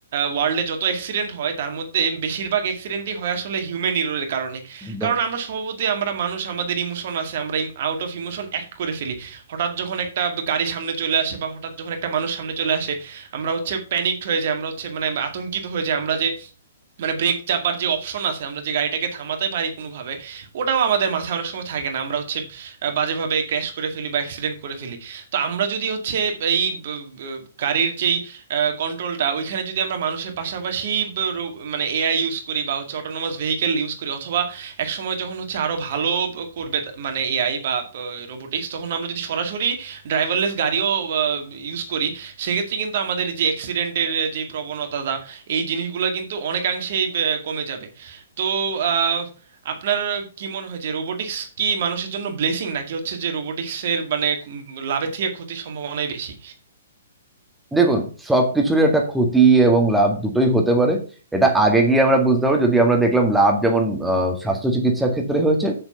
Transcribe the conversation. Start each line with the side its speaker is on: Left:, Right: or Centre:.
Right: ওয়ার্ল্ডে যত অ্যাক্সিডেন্ট হয় তার মধ্যে বেশিরভাগ অ্যাক্সিডেন্টই হয় আসলে হিউম্যান এররের কারণে
Centre: একদম
Right: কারণ আমরা স্বভাবতই আমরা মানুষ আমাদের ইমোশন আছে আমরা আউট অফ ইমোশন অ্যাক্ট করে ফেলি হঠাৎ যখন একটা গাড়ি সামনে চলে আসে বা হঠাৎ যখন একটা মানুষ সামনে চলে আসে আমরা হচ্ছে প্যানিকড হয়ে যাই আমরা হচ্ছে মানে আতঙ্কিত হয়ে যাই আমরা যে মানে ব্রেক চাপার যে অপশন আছে আমরা যে গাড়িটাকে থামাতে পারি কোনোভাবে ওটাও আমাদের মাথায় অনেক সময় থাকে না আমরা হচ্ছে আহ, বাজেভাবে ক্র্যাশ করে ফেলি বা অ্যাক্সিডেন্ট করে ফেলি তো আমরা যদি হচ্ছে এই ব- ব- গাড়ির যেই কন্ট্রোলটা ওইখানে যদি আমরা মানুষের পাশাপাশি ব- রো- মানে এআই ইউজ করি বা হচ্ছে অটোনোমাস ভেহিকেল ইউজ করি অথবা এক সময় যখন হচ্ছে আরো ভালো ব- করবে তা- মানে এআই বা রোবোটিক্স তখন আমরা যদি সরাসরি ড্রাইভারলেস গাড়িও ইউজ করি সেক্ষেত্রে কিন্তু আমাদের যে অ্যাক্সিডেন্টের যে প্রবণতা এই জিনিসগুলো কিন্তু অনেকাংশেই বে- কমে যাবে তো আহ, আপনার কি মনে হয় যে রোবোটিক্স কি মানুষের জন্য ব্লেসিং নাকি হচ্ছে যে রোবোটিক্সের মানে উম, লাভের থেকে ক্ষতির সম্ভাবনাই বেশি
Centre: দেখুন সবকিছুরই একটা ক্ষতি এবং লাভ দুটোই হতে পারে এটা আগে গিয়ে আমরা বুঝতে পারবো যদি আমরা দেখলাম লাভ যেমন আহ, স্বাস্থ্য চিকিৎসা ক্ষেত্রে হয়েছে